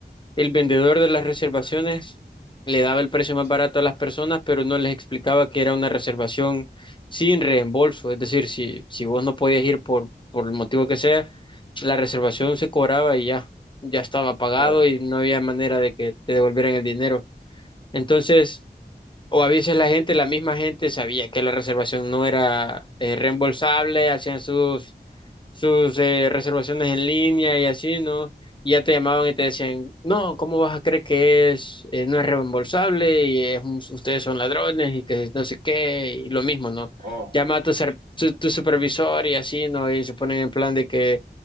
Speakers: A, on the left; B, on the right.
A: el vendedor de las reservaciones le daba el precio más
B: sí,
A: barato a las personas, pero no les explicaba que era una reservación sin reembolso. Es decir, si, si vos no podías ir por, por el motivo que sea, la reservación se cobraba y ya, ya estaba pagado
B: claro.
A: y no había manera de que te devolvieran el dinero. Entonces, o a veces la gente, la misma gente sabía que la reservación no era eh, reembolsable, hacían sus sus eh, reservaciones en línea y así, ¿no? Y ya te llamaban y te decían, no, ¿cómo vas a creer que es, eh, no es reembolsable y es un- ustedes son ladrones y que no sé qué, y lo mismo, ¿no?
B: Oh,
A: Llama a tu, ser- tu, tu supervisor y así, ¿no? Y se ponen en plan de que